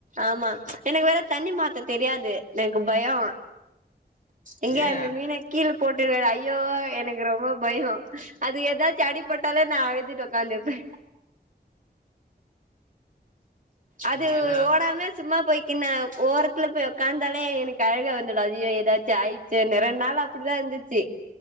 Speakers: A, on the right; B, on the left.
A: ஆமா எனக்கு வேற தண்ணி மாத் த தெரியாது எனக்கு பயோ எங்கயாது
B: ஏ
A: அந்த மீன கீழ போட்டுடுவேன்னு ஐயோ எனக்கு ரொம்ப பயோ அது எதாச்சி அடி பட்டாலே நான் அழுதுட்டு உக்காந்துருப்பே அது
B: நீங்க எல்லா
A: ஓடாம சும்மா போய்க்கீன்னா ஓரத்துல போய் ஒக்காந்தாலே எனக்கு அழுக வந்துடு ஐயோ ஏதாச்சு ஆயிட்ச்சேன்னு ரெண்ட் நாளா அப்பிடிதா இருந்துச்சி